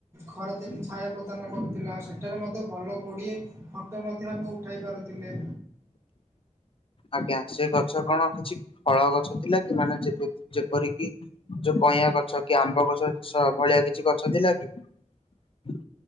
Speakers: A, on the right; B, on the left.
A: ଖରାଦିନେ ଛାୟା ପ୍ରଦାନ କରୁଥିଲା। ସେଠାରେ ମଧ୍ୟ ଭଲ ଗୁଡ଼ିଏ ଫଟୋ ମଧ୍ୟ ଆମେ ଉଠାଇ ପାରୁଥିଲେ।
B: ଆଜ୍ଞା ସେ ଗଛ କଣ କିଛି ଫଳ ଗଛ ଥିଲା କି ମାନେ ଯେ ଯେପରି କିି ଯୋଉ କଇଁଆ ଗଛ କି ଆମ୍ବ ଗଛ ସେ ଭଳିଆ କିଛି ଗଛ ଥିଲା କି? ଶୁଭୁନି